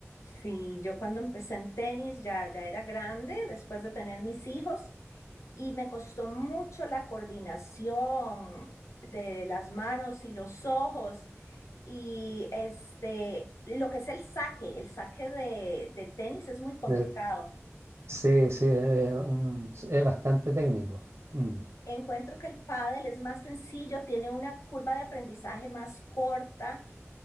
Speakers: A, on the left; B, on the right.
A: Sí, yo cuando empecé en tenis ya, ya era grande, después de tener mis hijos, y me costó mucho la coordinación de las manos y los ojos, y este, lo que es el saque, el saque de, de tenis es muy complicado.
B: Eh, Sí, sí, es, un- es bastante técnico. Mm,
A: Encuentro que el pádel es más sencillo, tiene una curva de aprendizaje más corta,